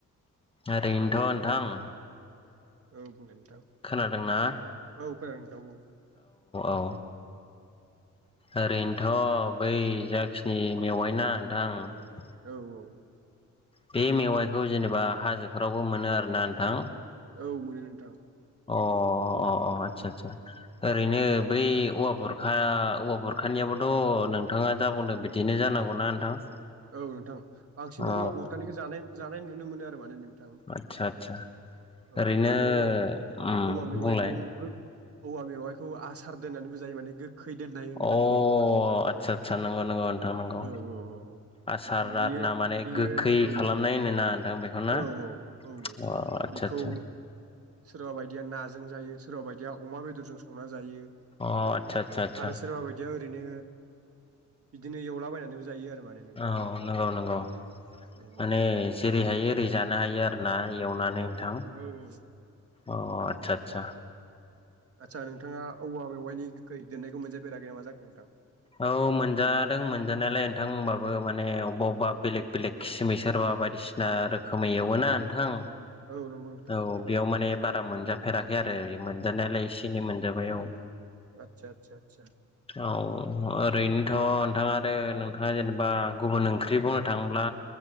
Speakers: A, on the left; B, on the right.
A: ओरैनोथ' नोंथां
B: औ बुं दे नों
A: खोनादोंना?
B: औ खोनादों दावब'
A: अ। ओरैनोथ' बै जाखिनि मेवाय ना नोंथां
B: औ औ।
A: बे मेवाइखौ जेनेबा हाजोफोरावबो मोनो आरोना नोंथां।
B: औ मोनो नोंथां।
A: अ अ अ आतसा आतसा। ओरैनो बै औवा बुरखा औवा बुरखानियाबोथ' नोंथाङा जा बुंदों बिदि बे जानांगौ ना नोंथां?
B: औ नोंथां बांसिन
A: अ
B: औवा बुररखानिखौ जानाय जानाय नुनो मोनो आरो मानो नों औ
A: आदसा आदसा
B: औ
A: ओरैनो
B: आरो
A: उम
B: औवा मेवाइखौ
A: बुंलाय
B: गो औवा मेवाइखौ आसार दोननानैबो जायो माने गो खै दोननाय होनो
A: अ
B: बेखौ
A: आदसा आदसा नंगौ नंगौ नोंथां नंगौ
B: औ औ औ।
A: आसार
B: बियो
A: आरोना माने
B: बियो
A: गोखै
B: औ
A: खालामनाय
B: औ।
A: होनोना नोंथां बेखौ ना
B: औ औ औ
A: अ आदसा
B: बेखौ सोरबा बायदिया नाजों जायो सोरबा बायदिया अमा बेदरजों संना जायो।
A: अ आतसा आतसा आसा।
B: आरो सोरबा बायदिया ओरैनो बिदिनो एवलाबायनानैबो जायो आरो। माने नोंथां
A: औ नंगौ नंगौ
B: औ
A: माने जेरै हायो ओरै जानो हायो आरो ना। एवनानै नोंथां
B: औ औ।
A: अ आतसा आतसा।
B: आदसा नोंथाङा औवा बेेवाइनि गोखै दोननायखौ मोनजाफेराखै ना मा जाखो नोंथां?
A: औ मोनजादों मोनजानायालाय नोंथां होनबाबो माने अबेबा अबेबा बेलेग बेलेग खिसिमै सोरबा बायदिसिना रोखोमै एवोना नोंथां
B: औ नंगौ नोंथां
A: औ
B: नंगौ
A: बेयाव माने बारा मोनजाफेराखै आरो मोनजानायालाय एसे एनै मोनजाबाय औ।
B: आतसा आतसा आतसा।
A: औ ओरैनोथ' नोंथाङा आरो नोंथाङा जेनेबा गुबुन ओंख्रि बुंनो थांब्ला